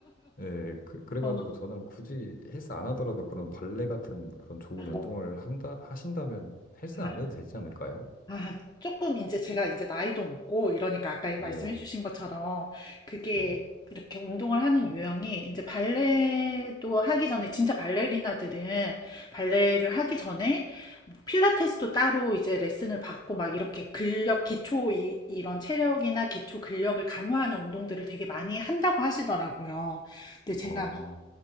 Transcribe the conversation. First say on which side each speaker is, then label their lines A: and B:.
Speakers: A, on the left (about 45°); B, on the left (about 20°).
A: 예, 그, 그래가지고
B: <laughs> 어,
A: 저는 굳이 헬스 안 하더라도 그런 발레 같은 그런 좋은
B: 아,
A: 운동을 한다, 하신다면 헬스
B: 아.
A: 안 해도 되지 않을까요?
B: 아, 조금 이제 제가 이제 나이도 먹고 이러니까 아까 말씀해
A: 네,
B: 주신 것처럼 그게
A: 네네.
B: 이렇게 운동을 하는 유형이 이제 발레도 하기 전에 진짜 발레리나들은 발레를 하기 전에 필라테스도 따로 이제 레슨을 받고 막 이렇게 근력 기초 이, 이런 체력이나 기초 근력을 강화하는 운동들을 되게 많이 한다고 하시더라고요. 근데 제가
A: 아,